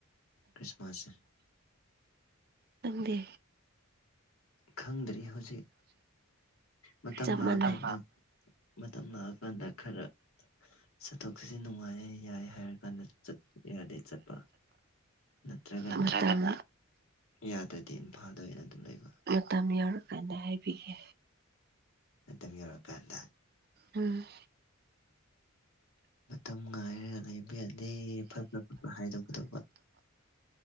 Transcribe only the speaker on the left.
ꯈ꯭ꯔꯤꯁꯃꯥꯁꯁꯦ
ꯈꯪꯗ꯭ꯔꯤ ꯍꯧꯖꯤꯛ ꯃꯇꯝ
ꯂꯥꯛꯑꯀꯥꯟꯗ
ꯃꯇꯝ ꯂꯥꯛꯑꯀꯥꯟꯗ ꯈꯔ ꯆꯠꯊꯣꯛ ꯆꯠꯁꯤ ꯅꯨꯡꯉꯥꯏ ꯌꯥꯏ ꯍꯥꯏꯔ ꯀꯥꯟꯗ ꯌꯥꯗꯦ ꯆꯠꯄ ꯅꯠꯇ꯭ꯔꯒꯅ
ꯌꯥꯗ꯭ꯔꯗꯤ ꯏꯝꯐꯥꯜꯗ ꯑꯣꯏꯅ ꯑꯗꯨꯝ ꯂꯩꯕ
ꯃꯇꯝ ꯌꯧꯔꯛꯀꯥꯟꯗ
ꯃꯇꯝ ꯉꯥꯏꯔꯒ ꯂꯩꯕ ꯌꯥꯗꯦ ꯐꯠꯄ꯭ꯔ ꯐꯠꯄ ꯍꯥꯏꯗꯣꯛꯀꯗꯧꯕ